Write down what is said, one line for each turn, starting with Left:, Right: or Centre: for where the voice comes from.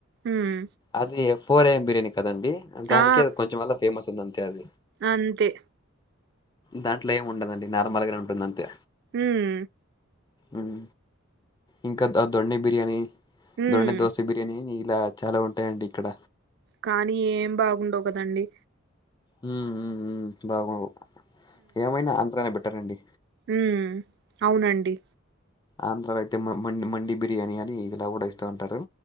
Right: ఉమ్
Left: అది ఎ ఫోర్ ఎం బిర్యానీ. కదండి దానికి
Right: ఆ
Left: అది కొంచెం వల్ల ఫేమస్ ఉంది అంతే అది.
Right: అంతే.
Left: దాంట్లో ఏమి ఉండదండి నార్మల్గానే ఉంటుంది అంతే.
Right: ఉహూ.
Left: ఉమ్ ఇంకా దా దొండె బిర్యానీ
Right: ఉమ్
Left: దొండ దోశ బిర్. తేని ఇలా చాలా ఉంటాయండి ఇక్కడ.
Right: కానీ ఏం బాగుండవు కదండి.
Left: ఉమ్ ఉమ్ ఉమ్ బాగోవు ఏమైనా ఆంధ్రనే బెటర్ అండి.
Right: ఉమ్ అవునండి
Left: ఆంధ్రాలో అయితే మ మండి మండి బిర్యానీ అని ఇలా కూడా ఇస్తూ ఉంటారు.